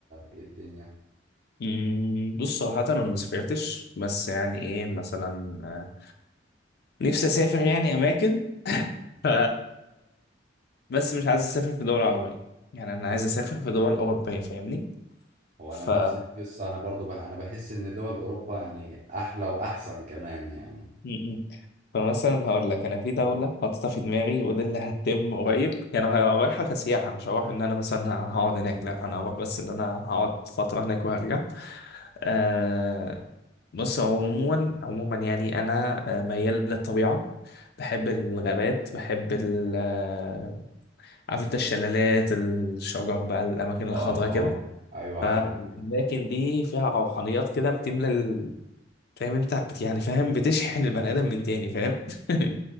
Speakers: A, on the right; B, on the left.
A: ايه الدنيا
B: مم، بص صراحة أنا ما سافرتش بس يعني إيه مثلا آه، نفسي أسافر يعني أماكن <laughs> ف بس مش عايز أسافر في دول عربية يعني أنا عايز أسافر في دول أوروبية فاهمني
A: هو
B: ف
A: انا نفس القصة انا برضو بقى انا بحس ان دول اوروبا يعني احلى واحسن كمان يعني
B: مم. فمثلا هقول لك أنا في دولة حاططها في دماغي ودي اللي هتتم قريب يعني أنا رايحة كسياحة مش هروح إن أنا مثلا هقعد هناك لا أنا هروح بس إن أنا هقعد فترة هناك وهرجع آه، بص عموما عموما يعني انا آه، ميال للطبيعه بحب الغابات بحب ال آه، عارف انت الشلالات الشجر بقى الاماكن الخضراء
A: اه اه
B: كده
A: ايوه عارف
B: فالاماكن دي فيها روحانيات كده بتملى ال- فاهم انت بت يعني فاهم بتشحن البني ادم من تاني فاهم <laughs> م-